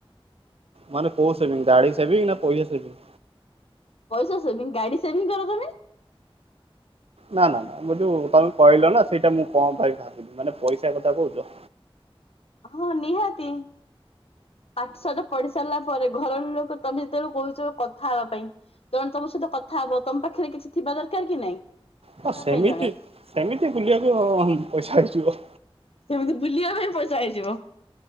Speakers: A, on the right (about 75°); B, on the left (about 75°).
A: ମାନେ କୋଉ ସେବିଂ ଗାଡି ସେବିଙ୍ଗ ନା ପଇସା ସେଭିଂ?
B: ପଇସା ସେଭିଂ ଗାଡି ସେଭିଂ କର ତମେ?
A: ନା ନା ନା ମୁଁ ଯୋଉ ତମେ କହିଲ ନା ସେଇଟା, ମୁଁ କଣ ପାଇଁ ଭାବିଲି ମାନେ ପଇସା କଥା କହୁଛ?
B: ହଁ ନିହାତି ପାଠଶଟ ପଢି ସାରିଲା ପରେ ଘର ଲୋକ ତମେ ଯେତେବେଳଳେ କହୁଛ କଥା ହେବା ପାଇଁ ତଣେ ତମ ସହିତ କଥା ହବ ତମ ପାଖରେ କିଛି ଥିବା ଦରକାର କି ନାଇଁ? କଥା
A: ହଁ
B: ହେବା
A: ସେମିତି
B: ପାଇଁ ଜଣେ
A: ସେମିତି ବୁଲିବାକୁ ପଇସା ହେଇଯିବ।
B: ସେମିତି ବୁଲିବା ପାଇଁ ପଇସା ହେଇଯିବ,